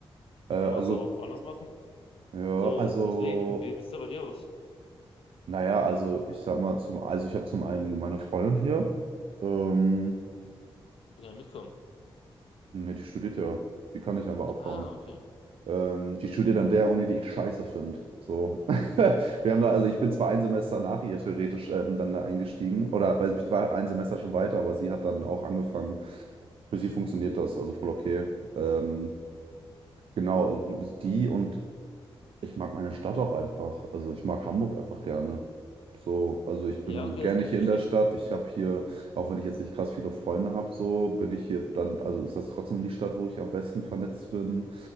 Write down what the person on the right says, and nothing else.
äh, also,
ja,
also,
naja, also ich sag mal, zum, also ich habe zum einen meine Freundin hier. Ähm,
ne, die studiert ja. Die kann ich einfach abhauen.
Ähm, die studiert an der Uni, die ich scheiße finde. So. <laughs> Wir haben da, also ich bin zwar ein Semester nach ihr theoretisch ähm, dann da eingestiegen, oder weil ich war ein Semester schon weiter, aber sie hat dann auch angefangen. Für sie funktioniert das, also voll okay. Ähm, genau, die und ich mag meine Stadt auch einfach. Also ich mag Hamburg einfach gerne. So, also ich
bin
gerne
hier
in der Stadt. Ich habe hier, auch wenn ich jetzt nicht krass viele Freunde habe, so bin ich hier dann, also ist das trotzdem die Stadt, wo ich am besten vernetzt bin.